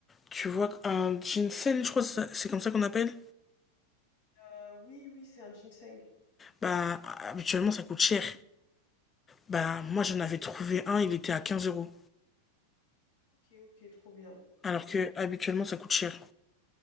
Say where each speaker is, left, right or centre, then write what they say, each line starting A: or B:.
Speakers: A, on the left (about 20°); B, on the left (about 60°).
A: tu vois, un ginseng, je crois que c'est comme ça qu'on appelle,
B: Heu, oui, oui, c'est un ginseng.
A: bah, habituellement, ça coûte cher. Bah, moi, j'en avais trouvé un, il était à 15 euros.
B: OK, OK, trop bien, trop
A: Alors
B: bien.
A: que, habituellement, ça coûte cher.